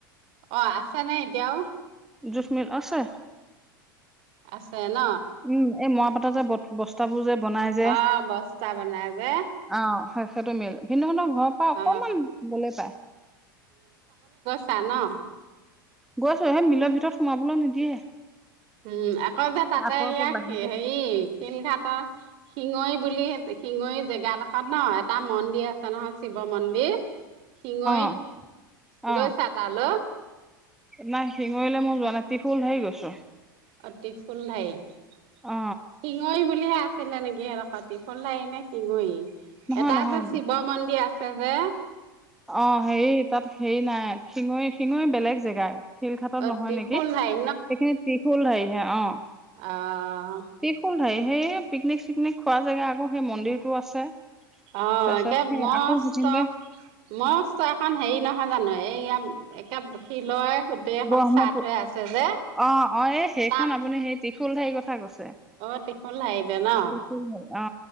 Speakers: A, on the right; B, in the centre.
A: অ আছা নাই এতিয়াও
B: জোখ্মিল আছে
A: আছে ন
B: উম এই মৰা পাতৰ যে বস্তাবোৰ যে বনাই যে
A: অ বস্তা বনাই যে
B: আহ শেষ টো মিল ভিন্ন ধৰ ঘৰৰ পৰা অকমান
A: অ
B: গলে পায়
A: খানা
B: গৈছো সেই মিলৰ ভিতৰত সোমাবলৈ নিদিয়ে
A: উম আকৌ যে তাতে
B: আঁতৰতে
A: ইয়াক
B: বাহিৰতে
A: হেৰি শিলঘাটৰ শিঙৰি বুলি শিঙৰি জেগাডোখৰত ন এটা মন্দিৰ আছে নহয় শিৱ মন্দিৰ শিঙৈত
B: অ অ
A: গৈছা তালৈ
B: নাই শিঙৰিলে মই যোৱা নাই টিফুল হেৰি গৈছো
A: অঁ তিফুল শিঙৰি
B: অ
A: টিফুল আছিলে নেকি সেৰা পাতি <unintelligible> খল আহি নে সিঙৰি
B: নহয়
A: এটা
B: নহয়
A: যে শিৱ মন্দিৰ আছে যে
B: অ হেৰি তাত হেৰি নাই শিঙৈ শিঙৈ বেলেগ জেগাই শিলঘাটত
A: অ
B: নহয়
A: ত্ৰিশুলধাৰী
B: নেকি সেইখিনি ত্ৰিশুল হেৰিহে অ
A: আহ
B: ত্ৰিশূলধাৰী সেই পিকনিক চিকনিক খোৱা জেগা আকৌ সেই মন্দিৰতটো আছে
A: অ
B: তাৰপিছত
A: এে
B: সেই
A: মস্ত
B: আকৌ সেইখিনিতে
A: মস এখন হেৰি নহয় জানো এইয় একে শিলৰ গোটেই এখন
B: ব্ৰহ্মপুত্ৰ
A: চাট হৈ আছে যে
B: অ অ এই সেইখন
A: তাত
B: আপুনি সেই ত্ৰিশুল ঠাৰি কথা কৈছে
A: অ ত্ৰিশুল দাৰিতে ন
B: ত্ৰিশূলধাৰী অ